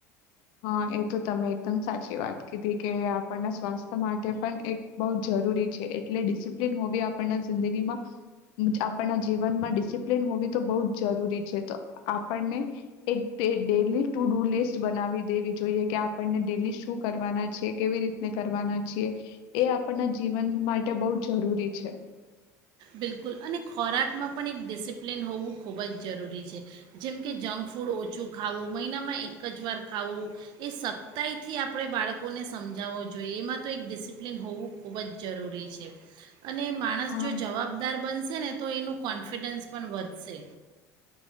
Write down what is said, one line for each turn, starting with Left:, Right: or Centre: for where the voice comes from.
Left: હા એ તો તમે એકદમ સાચી વાત કીધી કે આપણના સ્વાસ્થ્ય માટે પણ એક બહ જરૂરી છે એટલે ડિસિપ્લિન હોવી આપણના જિંદગીમાં આપણના જીવનમાં ડિસિપ્લિન હોવી તો બહું જ જરૂરી છે તો આપણને એક ડેલી ટુ ડુ લિસ્ટ બનાવી દેવી જોઈએ કે આપને ડેલી શું કરવાના છે કેવી રીતને કરવાના છીએ એ આપના જીવન માટે બ જરૂરી છે.
Right: બિલકુલ અને ખોરાકમાં પણ એક ડિસિપ્લિન હોવું ખૂબ જ જરૂરી છે જેમ કે જંક ફૂડ ઓછું ખાવું મહિનામાં એક જ વાર ખાવું એ સખ્તાઈથી આપણે બાળકોને સમજાવવો જોઈએ એમાં તો એક ડિસિપ્લિન હોવું ખૂબ જ જરૂરી છે. અને માણસ
Left: હા
Right: જો જવાબદાર બનશે ને તો એનું કોન્ફિડન્સ પણ વધશે.